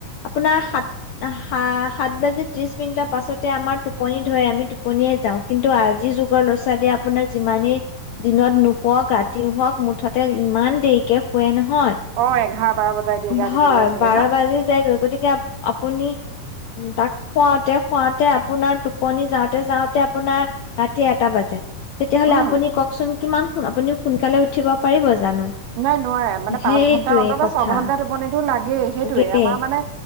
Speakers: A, on the left (about 80°); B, on the right (about 85°).
A: আপোনাৰ সাত- সা-সাত বাজি ত্ৰিশ মিনিটৰ পাছতে আমাৰ টোপনি ধৰে, আমি টোপনিয়ে যাও, কিন্তু আজিৰ যুগৰ ল'ৰা ছোৱালীয়ে আপোনাৰ যিমানেই দিনত নুশুৱওক, ৰাতি নুহোওক মুঠতে ইমান দেৰিকে খোৱে নহ। হয়,
B: অ এঘাৰ বাৰ বজাই দিয়েগে
A: ভয়,
B: আজিকালি ল'ৰা ছোৱালীয়ে
A: বাৰ
B: ন
A: বাজি যায়গৈ, গতিকে আ-আপুনি উম, তাক খুৱাওঁতে-খুৱাওঁতে আপোনাৰ টোপনি যাওঁতে- যাওঁতে আপোনাৰ ৰাতি এটা বাজে। তেতিয়াহ'লে
B: উম
A: আপুনি কওকচোন? কিমান শুন আপুনিও। সোনকালে উঠিব পাৰিব য জানো।
B: নাই নোৱাৰে, মানে
A: সেইটোৱে
B: পাঁচ ঘণ্টা অন্তত
A: কথা
B: ছঘণ্টা টোপনিটো লা গেই হেইটোয়ে,
A: লাগে
B: আমাৰ মানে